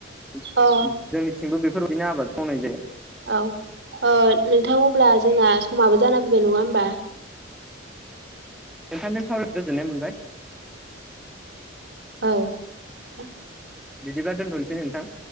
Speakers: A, in the centre; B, on the right.
A: जोंनिथिंबो
B: अ
A: बेफोरबायदिनो आबादखौ मावनाय जायो
B: औ ओ नोंथां अब्ला जोंना समाबो जाना फैबाय नङा होमबा?
A: नोंथांजों सावरायना गोजोननाय मोनबाय
B: औ नोंथां
A: बिदिबा दोनथनोसै नोंथां